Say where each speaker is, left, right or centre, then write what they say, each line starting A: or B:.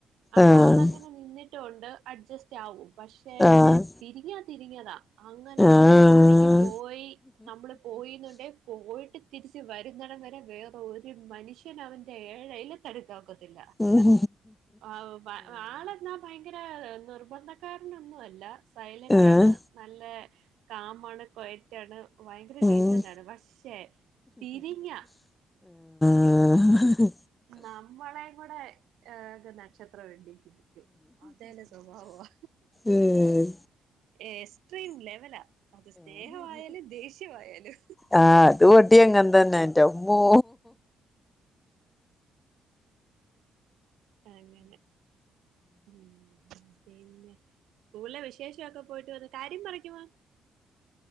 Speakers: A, on the right (about 80°); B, on the left (about 15°).
A: അപ്പാളങ്ങൻ
B: ആഹ്
A: നെ നിന്നിട്ടുണ്ട് അഡ്ജസ്റ്റാവും പക്ഷെ
B: ആഹ്
A: തിരിഞ്ഞാ തിരിങ്ങ്യതാ ങ്ങനാണ്ന്ന്ണ്ടങ്കി
B: ആഹ്
A: പോയി നമ്മള് പോയിന്നുണ്ടെ പോയിട്ട് തിരിച്ച് വരുന്നടംവരെ വേറെ ഒരു മനുഷ്യനഅവൻ്റെ ഏഴയ്ല തടുക്കാ ഒക്കത്തില്ല
B: ഉം
A: അത്പ ആളെന്നാ പയങ്കരാ നിർബന്ധക്കാരനൊന്നു അല്ല സൈലൻ്റാണ്
B: ആഹ്
A: നല്ലെ കാമാണ് കൊയ റ്റാണ് ഭയങ്കര
B: ഉം
A: ഡീസൻ്റാണ്. പക്ഷെ തിരിഞ്ഞാ
B: ആഹ്
A: നമ്മളേം കൂടെ ഏഹ് നക്ഷത്രമെണ്ണിക്കും. ക്കും. അതേല്ല സ്വഭാവവാ
B: ഏഹ്
A: എസ്ട്രീം ല വലാ അത് സ്നേഹമായാലും, ദേഷ്യമായാലും.
B: ആഹ് അത് വടിം അങ്ങൻ തന്നെ എൻ്റമ്മോ.
A: അങ്ങനെ ഉം. പിന്നെ സ്കൂളിലെ വിശേഷൊക്കെ പോയിട്ട് വന്ന് കാര്യം പറിക്കുവാ